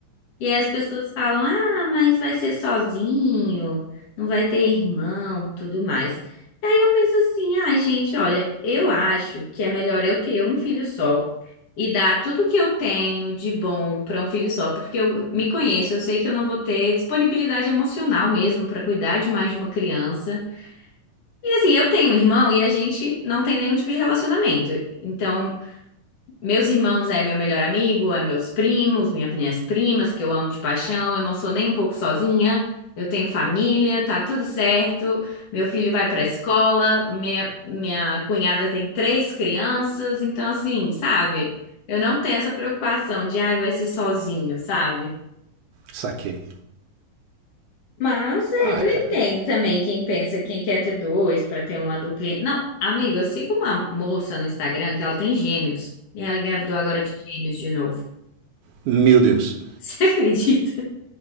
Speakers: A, on the left; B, on the right.
A: E aí as pessoas falam: ah, mas vai ser sozinho, não vai ter irmão, tudo mais. E aí eu penso assim: ai, gente, olha, eu acho que é melhor eu ter um filho só e dar tudo que eu tenho de bom para um filho só, porque eu me conheço, eu sei que eu não vou ter disponibilidade emocional mesmo para cuidar de mais de uma criança. E assim, eu tenho um irmão e a gente não tem nenhum tipo de relacionamento. Então. Meus irmãos é meu melhor amigo, é meus primos, minha- minhas primas, que eu amo de paixão. Eu não sou nem um pouco sozinha. Eu tenho família, tá tudo certo. Meu filho vai pra escola, minha, minha cunhada tem três crianças. Então, assim, sabe? Eu não tenho essa preocupação de, ai, vai ser sozinho, sabe?
B: Saquei.
A: Mas é,
B: Ah,
A: eu
B: cara,
A: entendo também quem pensa, quem quer ter dois pra ter uma duplinha. Não, amiga, eu sigo uma moça no Instagram que ela tem gêmeos. E ela engravidou agora de gêmeos de novo.
B: meu Deus.
A: <laughs> Você acredita?